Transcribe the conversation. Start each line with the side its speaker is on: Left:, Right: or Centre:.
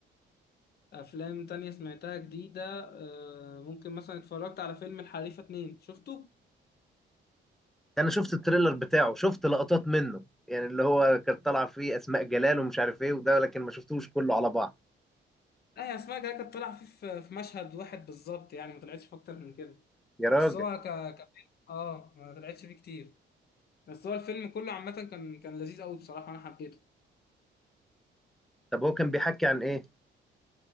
Left: افلام تانية سمعتها جديدة آه، ممكن مثلا اتفرجت على فيلم الحريفة اتنين شفته؟
Centre: انا شفت التريلر بتاعه شفت لقطات منه يعني اللي هو كان طالع فيه اسماء جلال ومش عارف ايه وده لكن ما شفتوش كله على بعض
Left: لا يا اسماء جلال كانت طالعة فيه في في مشهد واحد بالظبط يعني ما طلعتش في اكتر من كده
Centre: يا راجل
Left: بس هو ك... ك... اه ما طلعتش فيه كتير بس هو الفيلم كله عامة كان كان لذيذ قوي بصراحة انا حبيته
Centre: طب هو كان بيحكي عن ايه